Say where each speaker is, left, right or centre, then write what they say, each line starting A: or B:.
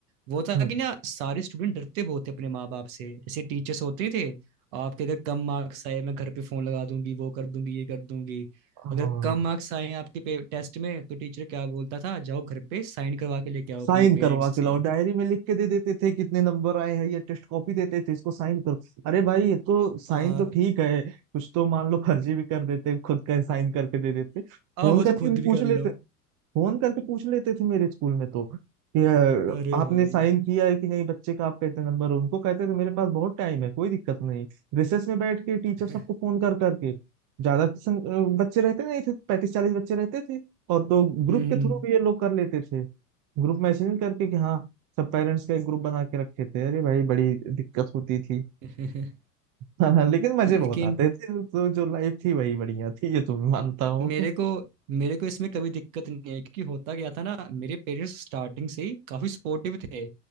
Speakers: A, on the right; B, on the right.
A: वो था
B: हम्म
A: कि ना सारे स्टूडेंट डरते बहुत थे अपने माँ बाप से जैसे टीचर्स होते थे आपके अगर कम मार्क्स आए मैं घर पे फोन लगा दूंगी वो कर दूंगी ये कर दूंगी
B: हाँ
A: अगर कम मार्क्स आए आपके टेस्ट में तो टीचर क्या बोलता था जाओ घर पे साइन करवा के लेके आओ
B: साइन
A: अपने पेरेंट्स
B: करवा के
A: से
B: लाओ डायरी में लिख के दे देते थे कितने नंबर आए हैं या टेस्ट कॉपी देते थे इसको साइन करो अरे भाई ये तो साइन
A: हाँ
B: तो ठीक है कुछ तो मान लो फर्जी भी कर देते खुद का साइन करके दे देते
A: अब
B: फोन
A: वो
B: करके
A: तो खुद
B: भी
A: भी
B: पूछ
A: कर
B: लेते
A: लो
B: फोन करके पूछ लेते थे मेरे स्कूल में तो कि अ,
A: अरे
B: आपने
A: भाई
B: साइन किया है कि नहीं बच्चे का आपका इतना नंबर है उनको कहते थे मेरे पास बहुत टाइम है कोई दिक्कत नहीं रिसेस में बैठ के टीचर
A: <laughs>
B: सबको फोन कर करके ज्यादा संग- अ, बच्चे रहते नहीं थे पैंतीस चालीस बच्चे रहते थे और तो ग्रुप
A: हम्म
B: के थ्रू भी ये लोग कर लेते थे ग्रुप मैसेजिंग करके कि हाँ सब पेरेंट्स का एक ग्रुप बना के रखे थे अरे भाई बड़ी दिक्कत होती थी
A: <laughs>
B: हाँ हाँ लेकिन मजे
A: लेकिन
B: बहुत आते थे तो जो लाइफ थी वही बढ़िया थी ये तो मैं मानता हूँ
A: मेरे को मेरे को इसमें कभी दिक्कत नहीं है क्योंकि होता क्या था ना मेरे पेरेंट्स स्टार्टिंग से ही काफी सपोर्टिव थे